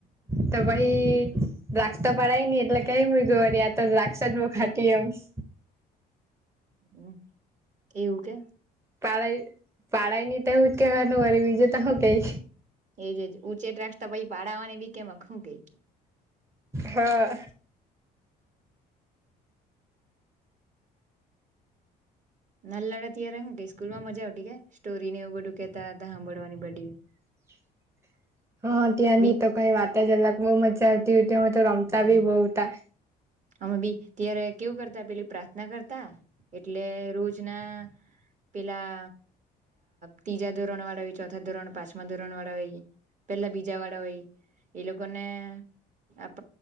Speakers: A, on the right (about 15°); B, on the right (about 45°).
A: તો પહિ દ્રાક્ષ તો પડાય ની એટલે કેય મૂયકુ એમ આ તો દ્રાક્ષ જ બો ખાટી એમ. <inaudible>
B: હમમ એવું કે
A: પાળાઈ પાળાઈ ની તો હું જ કેવાનું બીજું તો હું કઈ.
B: એજ એજ ઊંચે દ્રાક્ષતા પહી પાડવાની બી કેમકે હું કેય
A: હા.
B: નાલા હતા ત્યારે શું કેવું સ્કૂલ માં મજા આવતી કે સ્ટોરીને એવું બધું કેતા હતા હાભળવાની બધી
A: <inaudible> હા ત્યાંની
B: બી
A: તો કઈ વાત જ અલગ બહુ મજા આવતી ઉટી તે અમે તો રમતા
B: હમ
A: ભી બહુ ઉતા
B: અમે બી ત્યારે કેવું કરતા પેલી પ્રાર્થના કરતા એટલે રોજના પેલા ત્રીજા ધોરણ વાળા હોય, ચોથા ધોરણ, પાંચમા ધોરણ વાળા હોય પેલા બીજા વાળા હોય એ લોકો ને આપ